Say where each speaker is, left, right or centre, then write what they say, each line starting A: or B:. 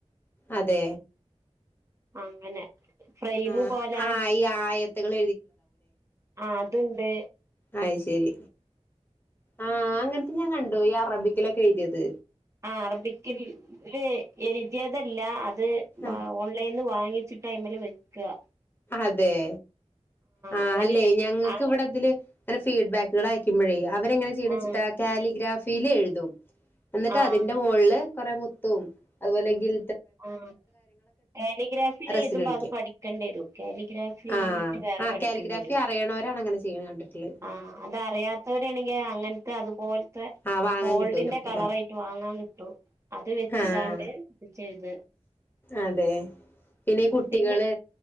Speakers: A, on the left; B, on the right.
A: അതേ
B: അങ്ങനെ ഫ്രെയിമും
A: ആ
B: പോലാ
A: ആ ഈ ആയത്തുകൾ
B: ആ അത്ണ്ട്
A: അയ്ശെരി ആ അങ്ങനത്തെ ഞാൻ കൺ ണ്ടോ ഈ അറബിക്കലൊക്ക എഴുതിയത്
B: അറബിക്കില് എഴുതിയതല്ല ത് വാ
A: ആ
B: ഓൺലൈൻ വാങ്ങിച്ചിട്ടയ്മല് വെക്ക
A: അതെ ആ
B: അങ്ങനെ
A: അല്ലെ ഞങ്ങക്ക്
B: ആഹ്
A: ഇവിടത്തില് അങ്ങന ഫീഡ്ബാക്കുകളയ്ക്കുമ്പഴേക അവരങ്ങനെ ചീണ് വച്ചിട്ടാ
B: ആഹ്
A: കാലിഗ്രാഫ് വില എഴുതും എന്നിട്ട്
B: ആഹ്
A: അതിന്റെ മോളില് കുറെ മുത്തും അതുപോലെങ്കിൽ
B: ആ കാലിഗ്രാഫിൽ
A: റെസിനൊഴിക്കുക
B: എഴുതുമ്പ അത് പഠിക്കേണ്ടി വരും കാലിഗ്രാഫി
A: ആഹ്
B: ഠിക്കേണ്ടവരും
A: ആഹ് കാലിഗ്രാഫി അറിയണവരാണ് അങ്ങനെ ചെയ്യണ കണ്ടിട്ടുള്ളത്
B: ആ അതറിയാത്തവരാണെങ്കിൽ അങ്ങനത്തെ അതുപോ
A: ആഹ് വാങ്ങാൻ
B: ഗോൾഡിന്റെ
A: കിട്ടൂലോ ഇപ്പോലെ
B: കളറായിട്ട് വാങ്ങാൻ ട്ടു അത് വെച്ച്കാണ്ട്
A: ആഹ്
B: ശരി
A: അതെ പിന്ന കുട്ടികള്
B: പിന്നെ